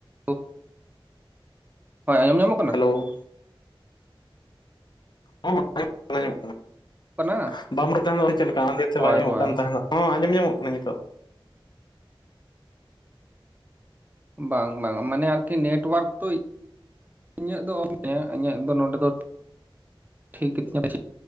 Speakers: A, on the right; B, on the left.
A: <unintelligible> ᱦᱳᱭ ᱟᱸᱡᱚᱢ ᱧᱟᱢᱚᱜ ᱠᱟᱱᱟ
B: ᱦᱮᱞᱳ <unintelligible> ᱟᱸᱡᱚᱢᱚᱜ ᱠᱟᱱᱟ ᱟᱸᱡᱚᱢᱚᱜ ᱠᱟᱱᱟ
A: ᱠᱟᱱᱟ
B: <unintelligible> ᱵᱟᱢ ᱞᱟᱹᱭ ᱮᱫ ᱛᱟᱸᱦᱮᱫ ᱫᱚ ᱪᱮᱫ ᱞᱮᱠᱟ <unintelligible> ᱞᱟᱹᱭ ᱮᱫ ᱛᱟᱸᱦᱮᱫ
A: ᱦᱳᱭ
B: ᱵᱟᱭ ᱟᱸᱡᱚᱢᱚᱜ
A: ᱦᱳᱭ
B: ᱠᱟᱱ ᱛᱟᱦᱮᱱᱟ᱾ ᱦᱚᱸ ᱟᱸᱡᱚᱢ ᱧᱟᱢᱚᱜ ᱠᱟᱱᱟ ᱱᱤᱛᱚᱜ
A: ᱵᱟᱝ ᱵᱟᱝ ᱢᱟᱱᱮ ᱟᱨᱠᱤ ᱱᱮᱴᱚᱣᱟᱨᱠ ᱛᱚ ᱤᱧᱟᱹᱜ ᱫᱚ <unintelligible> ᱤᱧᱟᱹᱜ ᱫᱚ ᱱᱚᱰᱮ ᱫᱚ ᱴᱷᱤᱠ ᱜᱮᱛᱤᱧᱟ <unintelligible>